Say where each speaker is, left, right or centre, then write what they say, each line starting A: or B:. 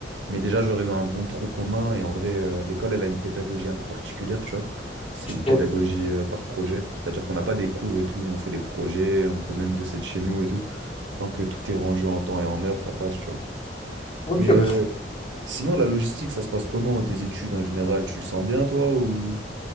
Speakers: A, on the right; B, on the left.
A: Mais déjà, j'aurais eu un bon tronc commun. Et en vrai, euh, l'école, elle a une pédagogie un peu particulière, tu vois. C'est une pédagogie
B: ok,
A: euh, par projet. C'est-à-dire qu'on n'a pas des cours et tout. Nous, on fait des projets. On peut même bosser de chez nous et tout. Tant que tout est rendu en temps et en heure, ça passe, tu vois.
B: ok,
A: Mais euh,
B: bah, trop
A: sinon, la logistique, ça se passe comment? Tes études en général, tu le sens bien, toi, ou...